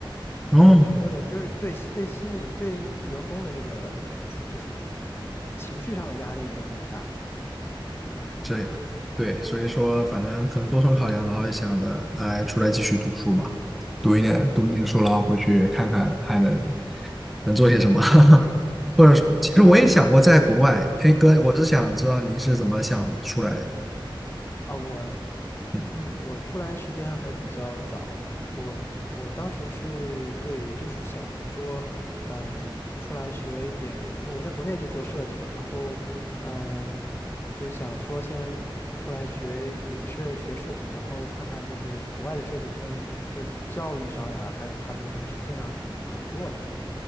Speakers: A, in the centre; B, on the left.
A: 嗯，
B: 然后整个的就是对对心理对员工的这个就是情绪上的压力没有那么大，
A: 这样，对，所以说反正可能多重考量，然后想着来出来继续读书吧，读一点读一点书，然后回去看看还能能做些什么？<laughs>
B: 是嗯啊
A: 或者说，其实我也想过在国外，哎哥，我是想知道你是怎么想出来，
B: 啊，我
A: 嗯，
B: 嗯，我出来时间还比较早了，我我当时是对，也就是想说，嗯，出来学一点，因为我在国内就做设计的，然后，嗯，就是想说先出来学，也是学设计，然后看看就是国外的设计，他们就是教育上呀，还有他们的这个呈现上是什么怎么做的。